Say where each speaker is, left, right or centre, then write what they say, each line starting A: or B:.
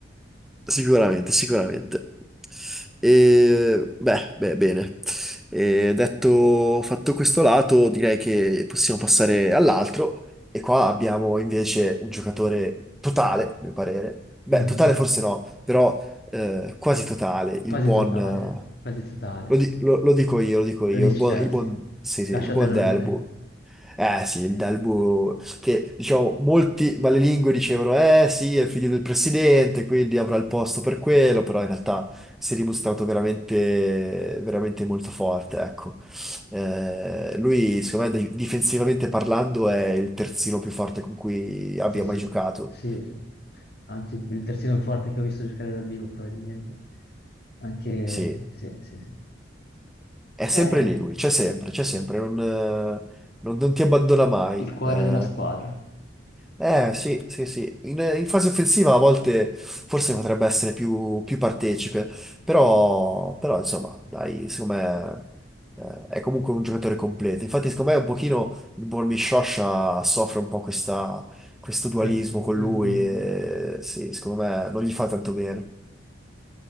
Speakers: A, in the centre; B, on the left.
A: sicuramente, sicuramente. E, beh, beh, bene. E detto, fatto questo lato, direi che possiamo passare all'altro. E qua abbiamo invece un giocatore totale, a mio parere. Beh,
B: Mhm.
A: totale forse no, però eh, quasi totale.
B: Quasi
A: Il buon...
B: totale,
A: eh,
B: quasi totale.
A: lo, di- lo- lo dico io, lo dico io.
B: Lo dici
A: Il buon,
B: te,
A: il buon,
B: sì.
A: sì, sì,
B: Lasciate
A: il buon
B: all'onore.
A: Delbu. Eh sì,
B: Sì.
A: il Delbu, che diciamo, molti malelingue dicevano, eh sì, è il figlio del presidente, quindi avrà il posto per quello, però in realtà si è dimostrato veramente, veramente molto forte, ecco. Eh, lui, secondo me, di- difensivamente parlando, è il terzino più forte con cui abbia
B: Sì, sì,
A: mai giocato.
B: sì, anche il terzino forte che ho visto giocare dal vivo, probabilmente. Anche,
A: Sì,
B: sì, sì, sì.
A: è sempre
B: Eh,
A: lì lui, c'è sempre, c'è sempre, non, eh, non- non ti abbandona mai.
B: Il cuore
A: Eh,
B: della squadra.
A: Eh sì, sì, sì. In, in fase offensiva a volte forse potrebbe essere più, più partecipe, però, però, insomma, dai, secondo me eh, è comunque un giocatore completo. Infatti, secondo me un pochino il Bormi Scioscia soffre un po' questa- questo
B: sì.
A: dualismo con lui
B: Mm, mm.
A: e sì, secondo me non gli fa tanto bene.